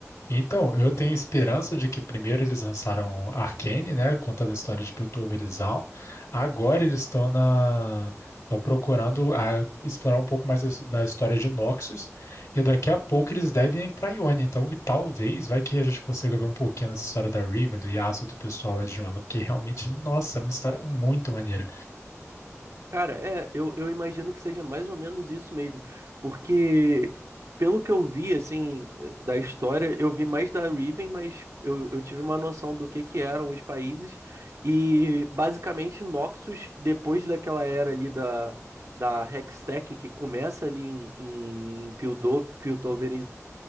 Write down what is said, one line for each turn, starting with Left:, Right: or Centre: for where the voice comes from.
Left: Então, eu tenho esperança de que primeiro eles lançaram Arcane, né, contando a história de Piltover e Zaun. Agora eles estão na estão procurando ah, explorar um pouco mais as- da história de Noxus e daqui a pouco eles devem ir para Ionia. Então, talvez vai que a gente consiga ver um pouquinho dessa história da Riven, do Yasuo, do pessoal lá de Ionia, porque realmente, nossa, é uma história muito maneira.
Right: Cara, é, eu, eu imagino que seja mais ou menos isso mesmo. Porque, pelo que eu vi, assim, eh, da história, eu vi mais da Riven, mas eu, eu tive uma noção do que que eram os países. E, basicamente, Noxus, depois daquela era ali da, da Hextech, que começa ali em, em Piltover,